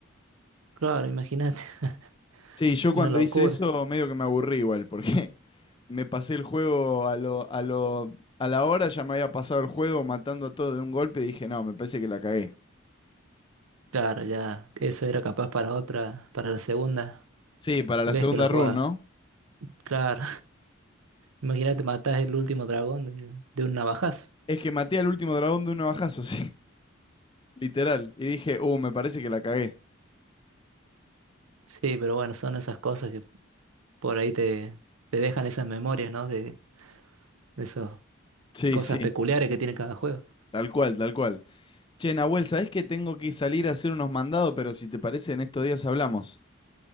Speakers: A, on the right; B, on the left.
A: Claro, imagínate, <laughs>
B: Sí, yo cuando
A: una locura.
B: hice eso medio que me aburrí igual, porque <laughs> me pasé el juego a lo, a lo, a la hora, ya me había pasado el juego matando a todos de un golpe y dije, no, me parece que la cagué.
A: Claro, ya eso era capaz para otra, para la segunda
B: Sí, para
A: vez
B: la segunda
A: que lo jugaba.
B: run, ¿no?
A: Claro. Imagínate, matás el último dragón de, de un navajazo.
B: Es que maté al último dragón de un bajazo, <laughs> sí. Literal. Y dije, uh, me parece que la cagué.
A: Sí, pero bueno, son esas cosas que por ahí te, te dejan esas memorias, ¿no? De, de esas
B: Sí,
A: cosas
B: sí,
A: peculiares que tiene cada juego.
B: tal cual, tal cual. Che, Nahuel, ¿sabés que tengo que salir a hacer unos mandados? Pero si te parece, en estos días hablamos.